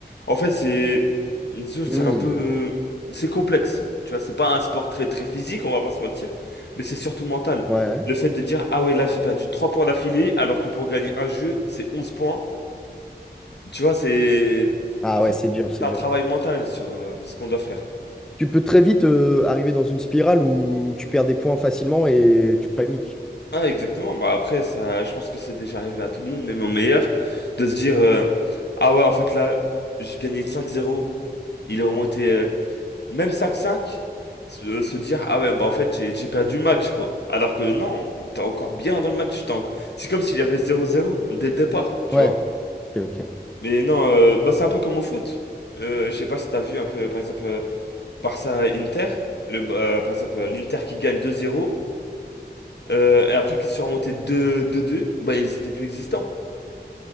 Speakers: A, on the left; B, in the centre.
A: En fait, c'est, disons, que
B: Hmm.
A: c'est un peu, euh, c'est complexe. Tu vois, c'est pas un sport très très physique, on va pas se mentir, mais c'est surtout mental.
B: Ouais.
A: Le fait de dire, ah ouais, là j'ai perdu 3 points d'affilée, alors que pour gagner un jeu, c'est 11 points. Tu vois, c'est,
B: Ah
A: en
B: ouais,
A: fait,
B: c'est
A: c'est
B: dur, c'est dur.
A: un travail mental sur euh, ce qu'on doit faire.
B: Tu peux très vite euh, arriver dans une spirale où tu perds des points facilement et tu paniques.
A: Ah, exactement. Bah après, ça, je pense que c'est déjà arrivé à tout le monde, même au meilleur, de se dire, euh, ah ouais, en fait là, j'ai gagné cinq zéro il est remonté euh, même 5-5, se, euh, se dire, ah ouais, bah en fait, j'ai j'ai perdu le match, quoi. Alors que non, t'es encore bien dans le match. t'es en- C'est comme s'il y avait 0-0 dès le départ, tu
B: Ouais.
A: vois.
B: Ok, ok.
A: Mais non, euh, bah c'est un peu comme au foot. Euh, je sais pas si t'as vu un peu, par exemple, euh, Barça-Inter, le, euh, par exemple, euh, l'Inter qui gagne 2-0, euh, et après qui se sont remontés 2- 2-2, bah ils étaient plus existants.